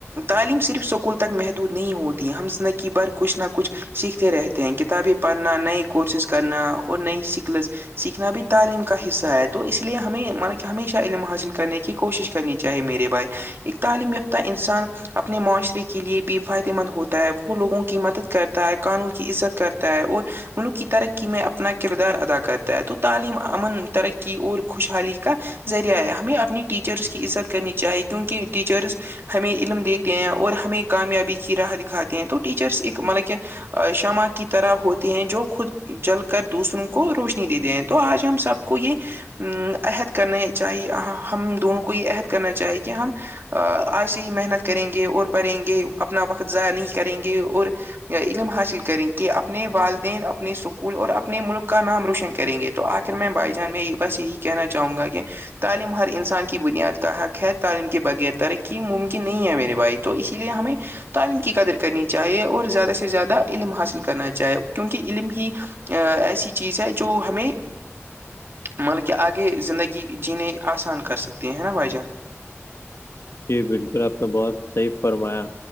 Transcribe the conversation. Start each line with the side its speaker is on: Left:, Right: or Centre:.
Right: تعلیم صرف سکول تک محدود نہیں ہوتی ہم زندگی بھر کچھ نہ کچھ سیکھتے رہتے ت کتابیں پڑھنا نئی کورسز کرنا اور نئی سکلز سیکھنا بھی تعلیم کا حصہ ہے تو اس لیے ہمیں مطب کہ ہمیشہ علم حاصل کرنے کی کوشش کرنی چاہیے میرے بائے ایک تعلیم یافتہ انسان اپنے معاشرے کے لیے بھی فائدے مند ہوتا ہے وہ لوگوں کی مدد کرتا ہے قانون کی عزت کرتا ہے اور ملک کی ترقی میں اپنا کردار ادا کرتا ہے تو تعلیم امن ترقی اور خوشحالی کا ذریعہ ہے ہمیں اپنی ٹیچرس کی عزت کرنی چاہیے کیونکہ ٹیچرس ہمیں علم دیتے ہیں اور ہمیں کامیابی کی راہ دکھاتے ہیں تو ٹیچرس ایک مطب کہ شمع کی طرح ہوتے ہیں جو خود جل کر دوسروں کو روشنی دیتے ہیں تو آج ہم سب کو یہ ا عہد کرنے چاہیے ہم دونوں کو یہ عہد کرنا چاہی کہ ہم آج سے ہی محنت کریں گے اور پڑھیں گے اپنا وقت ضائع نہیں کریں گے اور علم حاصل کریں کہ اپنے والدین اپنے سکول اور اپنے ملک کا نام روشن کریں گے تو آ کے میں بائی جان میں بس یہی کہنا چاہوں گا کہ تعلیم ہر انسان کی بنیاد کا حق ہے تو تعلیم کے بغیر ترقی ممکن نہیں ہے میرے بھائی تو اسی لیے ہمیں تعلیم کی قدر کرنی چاہیے اور زیادہ سے زیادہ علم حاصل کرنا چاہے کیونکہ علم ہی ایسی چیز ہے جو ہمیں ملک آگے زندگی جینے آسان کر سکتے ہیں نا بھائی جان
Left: جی بالکل آپ نے بہت صحیح فرمایا